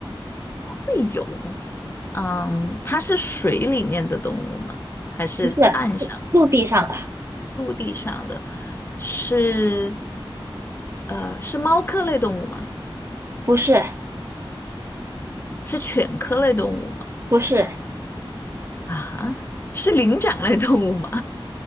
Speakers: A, on the left (about 25°); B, on the right (about 30°).
A: 会有，嗯，它是水里面的动物吗？还是岸上、
B: 不是陆地上的，
A: 陆地上的？是，呃，是猫科类动物吗？
B: 不是，
A: 是犬科类动物吗？
B: 不是，
A: 啊，是灵长类动物吗？